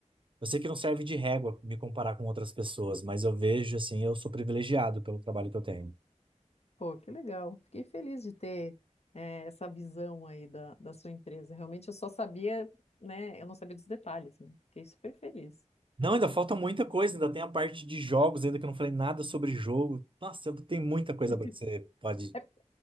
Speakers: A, on the right; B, on the left.
A: eu sei que não serve de régua me comparar com outras pessoas, mas eu vejo assim, eu sou privilegiado pelo trabalho que eu tenho.
B: pô, que legal. Fiquei feliz de ter eh, essa visão aí da, da sua empresa. Realmente eu só sabia, né, eu não sabia dos detalhes, né? Fiquei super feliz.
A: Não, ainda falta muita coisa, ainda tem a parte de jogos, ainda que eu não falei nada sobre jogo. Nossa, tem muita coisa
B: <laughs>
A: pra que você pode.
B: É